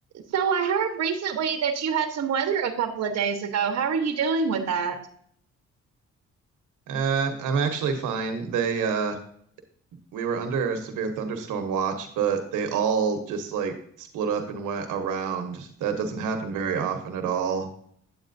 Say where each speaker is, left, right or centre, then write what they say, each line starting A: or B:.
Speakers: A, on the right; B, on the right.
A: So I heard recently that you had some weather a couple of days ago. How are you doing with that?
B: Uh, I'm actually fine. They uh we were under a severe thunderstorm watch, but they all just like split up and went around. That doesn't happen very often at all,